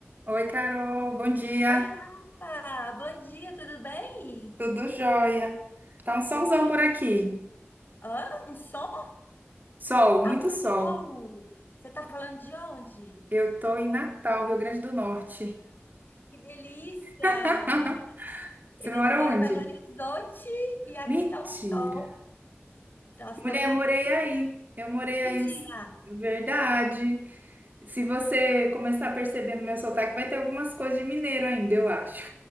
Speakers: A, on the right (about 45°); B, on the left (about 50°).
A: Oi, Carol, bom dia.
B: Oi, Rafa! Bom dia, tudo bem?
A: Tudo jóia? Tá um solzão
B: Eu esqueci.
A: por aqui.
B: Hã? Um som?
A: Sol, muito
B: Ao sol!
A: sol.
B: Você tá falando de onde?
A: Eu tô em Natal, Rio Grande do Norte.
B: Que delícia!
A: <laughs> Você
B: Eu
A: mora
B: tô
A: onde?
B: em Belo Horizonte e aqui
A: Mentira.
B: tá um sol. Nós estamos
A: Mulher, morei
B: bem.
A: aí. Eu morei
B: Mentira!
A: aí uns... Verdade. Se você começar a perceber no meu sotaque, vai ter algumas coisas de mineiro ainda, eu acho,